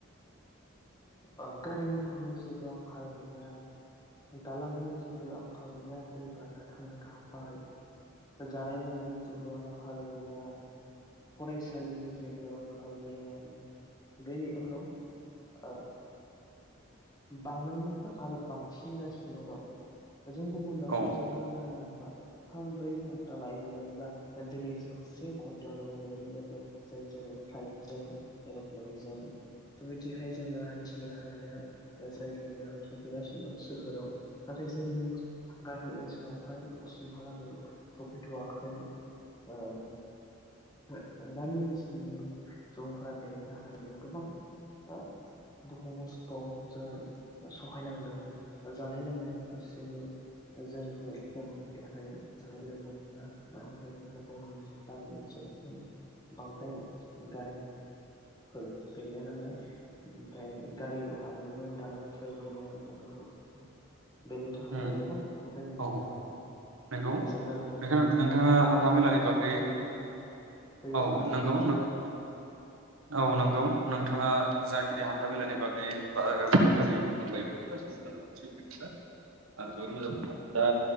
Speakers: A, on the left (about 20°); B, on the right (about 80°).
A: आ गारि मथरनि जेबो आंखाल गैया दालांनि जेबो आंखाल गैया दै बारना थांनो थाखाय जानाय लोंनायनि जेबो आंखाल गैया फरायसालिनि जेबो आंखाल गैया बेनि उनाव ओ। बांनायनिफ्राय आरो बांसिनगासिनो दं। जों गुबुन दाबसेयाव
B: औ
A: थांनो गोनां मोनबा थाम ब्रै घन्टा लायोमोनब्ला दिनै जों से घन्टायावनो मोनहैनाय जादों जेरै जोङो फ्लाइटजों एरप्लेनजों बेबायदिहाय जोङो हान्थिनो हानाया जाय लोगोया सफैगासिनो दं सोहोराव नाथाय जोंनि गामि ओनसोलावहाय दासिमहालागै सफैथयाखै आ <unintelligible> गामि ओनसोलनि सुबुंफोरा बेनि थाखायनो गोबां आ दहस थम सों सहायनांदों जानाय लोंनायनि फारसेबो जों नाव सम मथेहाय जानाय लोंनाय मोना मानो होनोब्ला जोंनि गामि ओनसोलावहाय बांद्राय गारि फोर गैया नालाय ओमफाय गारि हाबदोंमोन दालांफोर गैया बेफोर बायदि सम बेनि थाखायनो
B: उम
A: गोबां जोंनि
B: औ
A: राव
B: नंगौ
A: जेंना नुजाफैदों
B: नोंथां नोंथाङा
A: दा
B: हान्था
A: नोंथाङा
B: मेलानि
A: एसे
B: बागै
A: फोरमायनानै होयोबा
B: औ
A: हामगौ
B: नंगौ
A: सानो।
B: औ नंगौ नोंथाङा जाखिनि हान्था मेलानि बागै फा-फारि फारि बुंलांबाय बेफोर गासैबो सैथो दा <unintelligible> दा